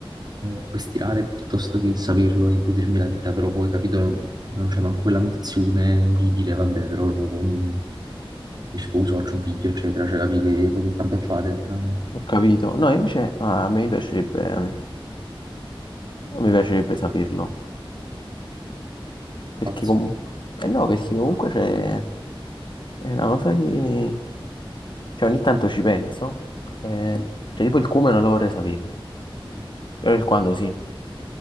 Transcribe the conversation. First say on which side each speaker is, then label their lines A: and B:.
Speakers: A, on the right; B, on the left.
A: eh, puoi stirare piuttosto che saperlo e godermi la vita, però poi, capito, non c'è manco quell'ambizione di dire, vabbè, però io poi mi, mi sposo, faccio un figlio, eccetera, cioè capi che, poi che cambia a fare, letteralmente.
B: Ho capito. No, invece ah, a me piacerebbe, mi piacerebbe saperlo. Perché
A: Pazzo.
B: comunque... Eh no, perché comunque c'è... È una cosa che... Cioè, ogni tanto ci penso. eh, cioè, tipo il come non lo vorrei sapere. Però il quando sì.